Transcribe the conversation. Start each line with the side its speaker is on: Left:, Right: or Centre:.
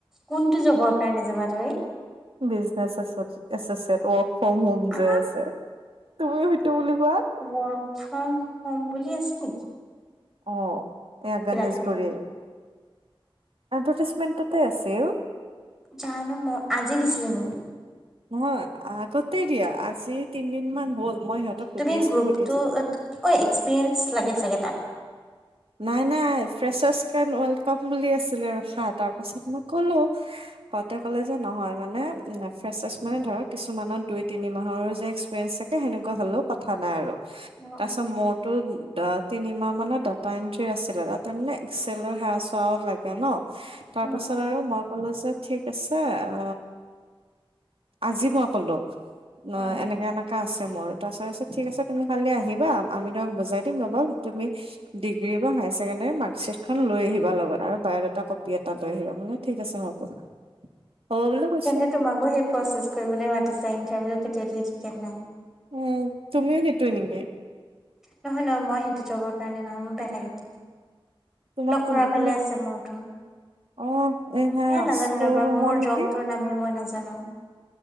Centre: কোনটো জবৰ কাৰণে যাবা তুমি?
Right: Business S, associate, work from home
Centre: আ
Right: যে আছে। তুমিও সেইতো বুলি কোৱা।
Centre: ৱ্ক ফ্ৰম হোম বুলি আছোঁ।
Right: অ এ গণেশগুৰি।
Centre: তুমি
Right: এডভাৰটাইজমেন্টতে আছে অ।
Centre: জানো মহ আজি দিছিলে নি।
Right: নহয় আগতে দিয়া আজি তিনিদিনমান হ'ল মই সিহঁতক সুধি
Centre: তুমি
Right: আছিলোঁ
Centre: গ্ৰুপটো
Right: সুধি আছিলোঁ।
Centre: অ এক্সপিৰিয়েঞ্চ লাগে চাগে তাত।
Right: নাই নাই ফ্ৰেছৰ্ ৱৰ্ল্ড কাপ বুলি আছিলে ৰখা তাৰ পাছত মই কলোঁ। কতে কলে যে নহয় মানে ফেচাৰ্চ মানে ধৰা কিছুমানৰ দুই তিনি মাহৰ যে এক্সপিৰিয়েঞ্চ থাকে সেনেকুৱা হলেও কথা নাই আৰু
Centre: অ',
Right: তাৰ
Centre: অ',
Right: পিছত মোৰতো তিনিমাহ মানত পেণ্ট্ৰি আছিলে তাতে মানে এক্সেলৰ সেৱা চোৱাও লাগে ন। তাৰ
Centre: অ',
Right: পাছত
Centre: অ',
Right: আৰু মই ক'লো যে ঠিক আছে অ, আজি মই কলো। নাই
Centre: অ'।
Right: এনেকা এনেকা আছে মোৰ তাৰপিছত ঠিক আছে তুমি কালি আহিবা আমি তোমাক বুজাই দিম নবা তুমি ডিগ্ৰী বা হায়াৰ ছেকেণ্ডেৰী মাৰ্কশ্বিটখন লৈ আহিবা লগত আৰু বায়'ডটা কপি এটা লৈ আহিবা মই বোলো ঠিক আছে হ'ব।
Centre: <inaudible>
Right: হ'ব বুলি কৈছো
Centre: তেন্তে তোমাকো সেই প্ৰচেছ কৰিবলৈ মাতিছে ইণ্টাৰভিউ কেতিয়া দিয়ে ঠিকে নাই।
Right: উম, তুমিও সেইটোৱে নেকি?
Centre: নহয় নহয় মই সেইটো জবৰ কাৰণে নহয় মোৰ বেলেগ এটা।
Right: তোমাক
Centre: লখৰা
Right: কোন তুমি
Centre: ফালে আছে মোৰটো।
Right: অ হা
Centre: এ নাজানো
Right: ষ্টৰ
Centre: ৰবা
Right: ৰুমৰ
Centre: মোৰ
Right: নেকি
Centre: জব তোৰ নামেই মই নাজানো।